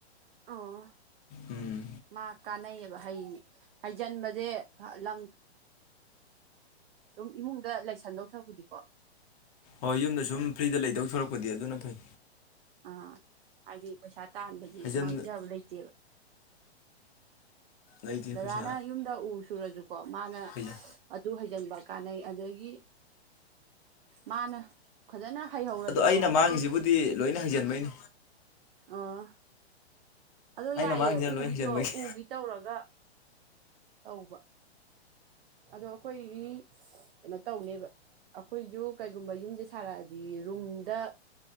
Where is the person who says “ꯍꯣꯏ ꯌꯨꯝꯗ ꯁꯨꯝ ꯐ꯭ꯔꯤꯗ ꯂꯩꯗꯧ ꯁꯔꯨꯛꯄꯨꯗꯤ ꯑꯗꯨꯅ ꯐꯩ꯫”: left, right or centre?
Left